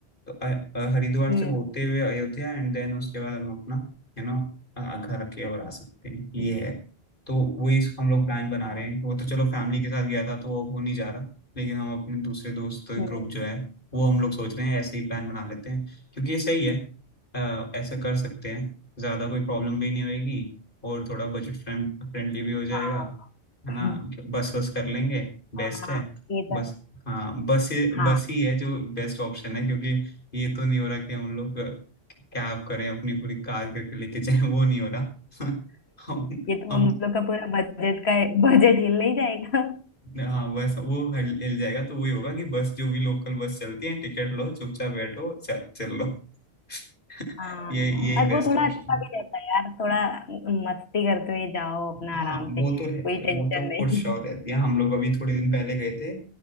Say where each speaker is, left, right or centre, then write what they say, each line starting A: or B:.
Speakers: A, on the left; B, on the left.
A: तो अ, अ, हरिद्वार
B: हम्म
A: से होते हुए अयोध्या एंड देन उसके बाद हम अपना यू नो घर के और आ सकते हैं ये
B: हम्म,
A: है तो वही इस- हम लोग प्लान बना
B: हाँ
A: रहे हैं वो तो चलो फैमिली के साथ गया था तो वो वो नहीं जा रहा लेकिन हम अपने दूसरे दोस्त ग्रुप
B: हम्म,
A: जो है वो हम लोग सोच रहे हैं ऐसे ही प्लान बना लेते हैं क्योंकि ये सही है अ, ऐसे कर सकते हैं ज़्यादा कोई प्रॉब्लम भी नहीं होएगी और थोड़ा बजट फ्रेंड फ्रेंडली भी हो जाएगा
B: हाँ
A: है
B: <laughs>
A: ना बस वस कर लेंगे बेस्ट
B: हाँ
A: है
B: ये तो
A: बस
B: है
A: हाँ बस ये
B: हाँ।
A: बस ही है जो बेस्ट ऑप्शन है क्योंकि ये तो नहीं हो रहा कि हम लोग कैब करें अपनी पूरी कार करके लेके जाए वो नहीं हो रहा <laughs> हम
B: ये तो
A: हम
B: हम लोग का पूरा बजट का बजट हिल नहीं जाएगा
A: हाँ बस वो हिल हिल जाएगा तो वही होगा कि बस जो भी लोकल बस चलती है टिकट लो चुपचाप बैठो चल चल लो <laughs>
B: हाँ
A: ये यही
B: और
A: बेस्ट
B: वो थोड़ा
A: ऑप्शन
B: अच्छा भी रहता है यार थोड़ा मस्ती करते हुए जाओ अपना
A: हाँ
B: आराम से
A: वो
B: कोई
A: तो रहती है
B: टेंशन
A: वो तो
B: नहीं
A: फॉर श्योर रहती है हम लोग अभी थोड़े दिन पहले गए थे अ,